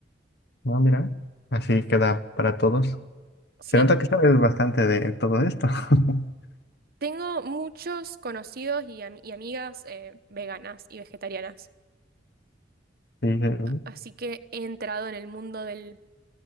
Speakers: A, on the left; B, on the right.
A: No, mira, así queda para todos.
B: Sí,
A: Se nota que sabes bastante de todo esto. <laughs>
B: tengo muchos conocidos y, am- y amigas eh, veganas y vegetarianas.
A: Sí, eh,
B: Así que he entrado en el mundo del